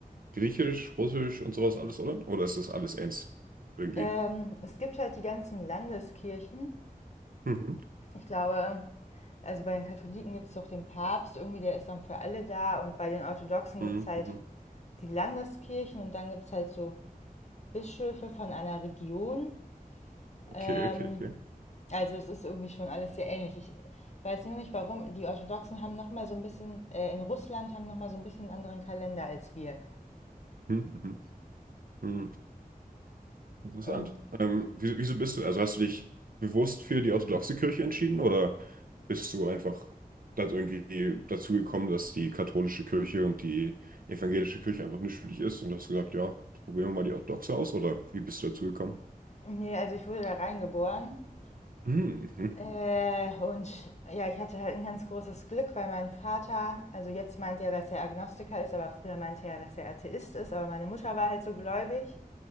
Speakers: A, on the right; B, on the left.
A: griechisch, russisch und sowas alles, oder? Oder ist das alles eins? Irgendwie.
B: Ähm, es gibt halt die ganzen Landeskirchen.
A: Mhm.
B: Ich glaube, also bei den Katholiken gibt es doch den Papst, irgendwie der ist dann für alle da. Und bei den Orthodoxen
A: Mhm.
B: gibt es halt
A: Mhm.
B: die Landeskirchen und dann gibt es halt so Bischöfe von einer Region. Ähm,
A: Okay, okay, okay.
B: also es ist irgendwie schon alles sehr ähnlich. Ich weiß nur nicht, warum. Die Orthodoxen haben nochmal so ein bisschen, äh, in Russland haben nochmal so ein bisschen einen anderen Kalender als wir.
A: Mhm. Mhm. Mhm. Interessant.
B: Und
A: Ähm, wieso, wieso bist du, also hast du dich bewusst für die orthodoxe Kirche entschieden oder bist du einfach dazu irgendwie dazu gekommen, dass die katholische Kirche und die evangelische Kirche einfach nicht für dich ist und hast gesagt, ja, probieren wir mal die orthodoxe aus oder wie bist du dazu gekommen?
B: nee, also ich wurde da reingeboren.
A: Hm, Mhm.
B: Äh, und ja, ich hatte halt ein ganz großes Glück, weil mein Vater, also jetzt meint er, dass er Agnostiker ist, aber früher meinte er, dass er Atheist ist, aber meine Mutter war halt so gläubig.